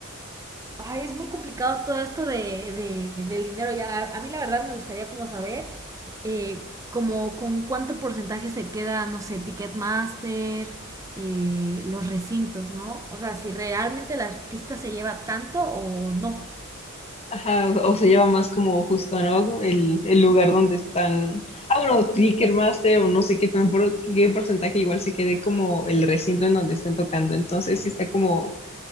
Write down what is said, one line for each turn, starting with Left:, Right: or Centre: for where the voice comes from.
Right: Ay, es muy complicado todo esto de, de- del dinero. Ya, a mí la verdad me gustaría como saber eh, como con cuánto porcentaje se queda, no sé, Ticketmaster, eh, los recintos, ¿no? O sea, si realmente el artista se lleva tanto o no.
Left: Ajá, o o se lleva más como justo, ¿no? El, el lugar donde están. Ah, bueno, Ticketmaster o no sé qué, tan por- qué porcentaje, igual se quede como el recinto en donde estén tocando. Entonces sí está como